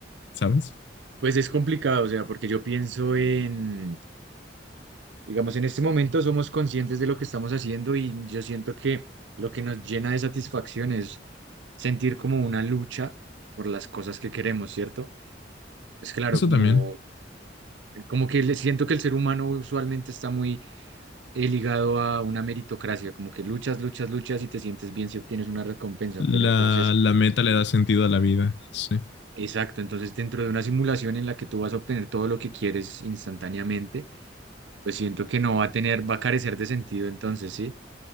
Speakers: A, on the left; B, on the right.
A: ¿sabes?
B: Pues es complicado, o sea, porque yo pienso en, digamos, en este momento somos conscientes de lo que estamos haciendo y yo siento que lo que nos llena de satisfacción es sentir como una lucha por las cosas que queremos, ¿cierto? Pues claro,
A: Eso
B: como,
A: también.
B: como que le siento que el ser humano usualmente está muy eh, ligado a una meritocracia, como que luchas, luchas, luchas y te sientes bien si obtienes una recompensa,
A: La,
B: pero entonces
A: la meta le da sentido a la vida. Sí.
B: Exacto, entonces dentro de una simulación en la que tú vas a obtener todo lo que quieres instantáneamente, pues siento que no va a tener, va a carecer de sentido entonces, ¿sí?